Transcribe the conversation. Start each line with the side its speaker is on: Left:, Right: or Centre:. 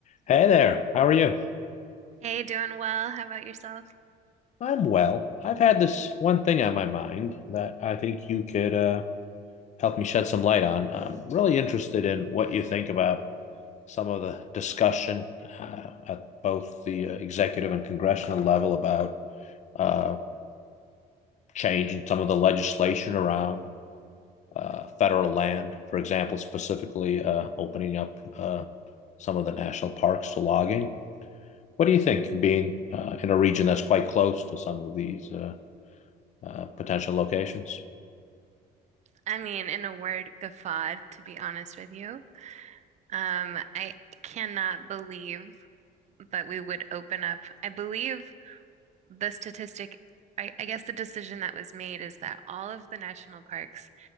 Left: Hey there, how are you?
Right: Hey, doing well. How about yourself?
Left: I'm well. I've had this one thing on my mind that I think you could uh, help me shed some light on. I'm really interested in what you think about some of the discussion uh, at both the uh, executive and congressional level about uh, changing some of the legislation around uh, federal land, for example, specifically uh, opening up uh, some of the national parks to logging. What do you think, being uh, in a region that's quite close to some of these? Uh, uh, potential locations.
Right: I mean, in a word, guffawed, to be honest with you. Um, I cannot believe that we would open up. I believe the statistic, I, I guess the decision that was made is that all of the national parks